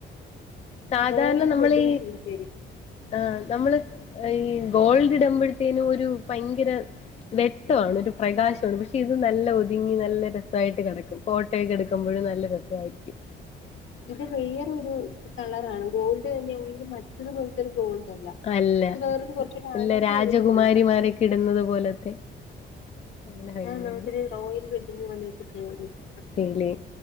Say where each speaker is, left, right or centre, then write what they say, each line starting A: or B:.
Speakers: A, on the left; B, on the left.
A: സാധാരണ
B: റോയൽ
A: നമ്മളീ
B: വെഡ്ഡിങ് ചെയ്തു തരും
A: ആ നമ്മള് ഈ ഗോൾഡ് ഇടമ്പോഴത്തേനും ഒരു ഭയങ്കര വെട്ടൊവാണ് ഒരു പ്രകാശവാണ് പക്ഷെ ഇതൊ നല്ല ഒതുങ്ങി നല്ല രസായിട്ട് കെട ക്കും ഫോട്ടോയൊക്കെ എടുക്കുമ്പോഴും ന നല്ല രസവായിരിക്കും
B: ഇത് വേറൊരു കളറാണ് ഗോൾഡ് തന്നെയായെലും മറ്റൊരു പോലത്തെരു ഗോൾ യല്ല
A: അല്ല
B: വേറൊരു കൊറച്ചൂടെ
A: ഇല്ല
B: അണഞ്ഞൊരു
A: രാജകുമാരിമാരൊക്കെ
B: ഗോൾഡാ
A: ഇടുന്നത് പോലത്തെ നല്ല ഭംഗിയാണ്
B: ആഹ് നമുക്കൊരു റോയൽ വെഡിങ് <unintelligible> <unintelligible>
A: പിന്നെല്ലെ